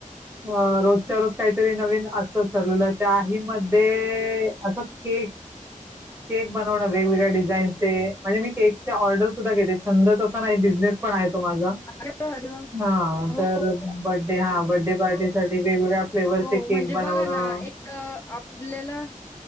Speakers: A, on the right; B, on the left.
A: अ दररोज काहीतरी नवीन असतच ठरलेलं. त्याही मध्ये असं केक- केक बनवणं वेगवेगळ्या डिझाईन चे. म्हणजे मी केकच्या ऑर्डर- सुध्दा घेते, छंदच असा नाही बिझनेस पण आहे तो माझा,
B: अरे वा अरे वा
A: हा
B: हो
A: तर बर्थ डे - हा बर्थ डे पार्टी साठी वेगवेगळ्या फ्लेवरचे
B: हो
A: केक
B: म्हणजे
A: बनवणं,
B: बघा ना
A: -
B: एक आपल्याला